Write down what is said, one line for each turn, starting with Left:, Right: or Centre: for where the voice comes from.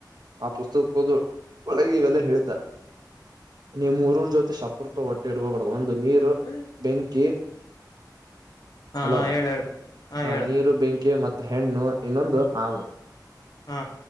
Right: ಆ ಕೋದ ಒಳಗ ಇವೆಲ್ಲ ಹಳ್ತ ನಿಮ್ಮೂಊರು ಜೊತೆ ಶಪುರ್ತ ಹೊಟ್ಟೆ ಹಿಡ್ಕೋಬಾರ್ದುದು ಒಂದು ನೀರು
Left: ಹಾ
Right: ಬೆಂಕಿ
Left: ಹಾ
Right: ಹಲೋ
Left: ಹೇಳ ಹೇಳ ಹಾ
Right: ಹ
Left: ಹೇಳ
Right: ನೀರು ಬೆಂಕಿ ಬೆಂಕಿ ಮತ್ತು ಹೆಣ್ಣು ಇನ್ನೊಂದು ಹಾವು
Left: ಹಾ